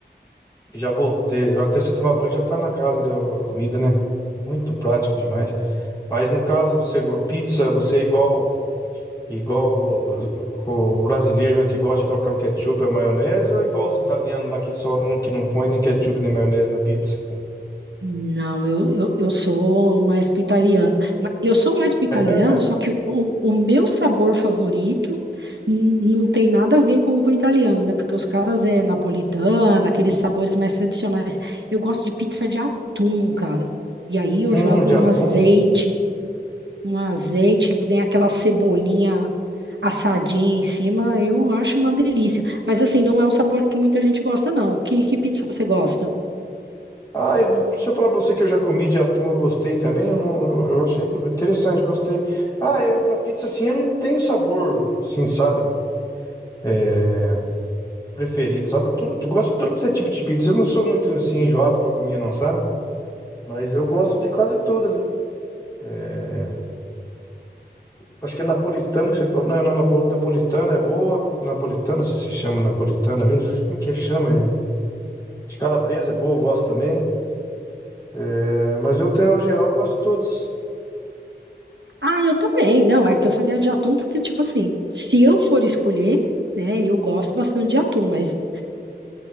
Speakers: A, on the left (about 20°); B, on the right (about 80°).
A: Já voltei. Eu até se eu tomar banho já tá na casa ali ó, a comida, né? Muito prático demais. Mas no caso, você, go- pizza, você é igual igual o, o brasileiro, né, que gosta de colocar um ketchup e maionese, ou é igual os italianos lá que só não- que não põe nem ketchup nem maionese na pizza?
B: Não, eu, eu, eu sou mais pro italiano. Ma- Eu sou mais pro italiano,
A: É verdade.
B: só que o, o meu sabor favorito n- não tem nada a ver com, com o italiano, né? Porque os caras é napolitana, aqueles sabores mais tradicionais. Eu gosto de pizza de atum, cara. E aí eu
A: Hum,
B: jogo
A: de
B: um
A: atum.
B: azeite, um azeite, vem aquela cebolinha assadinha em cima, eu acho uma delícia. Mas assim, não é um sabor que muita gente gosta, não. Que, que pizza você gosta?
A: Ah, eu, se eu falar pra você que eu já comi de atum, eu gostei também. Eu, não, eu achei go- interessante, gostei. Ah, eu na pizza assim, eu não tenho sabor, assim, sabe? É, preferido, sabe? Tudo, eu gosto de tudo que é tipo de pizza. Eu não sou muito assim enjoado pra comer, não, sabe? Mas eu gosto de quase tudo ali. É, acho que é napolitana que você falou. Não, não, napo- napolitana é boa. Napolitana, se se chama napolitana mesmo. Como é que é? Chama? É... De calabresa é boa, eu gosto também. É, mas eu, tenho, ao geral, eu gosto de todas.
B: Ah, eu também. Não, é que eu falei de atum porque, tipo assim, se eu for escolher, né, eu gosto bastante de atum, mas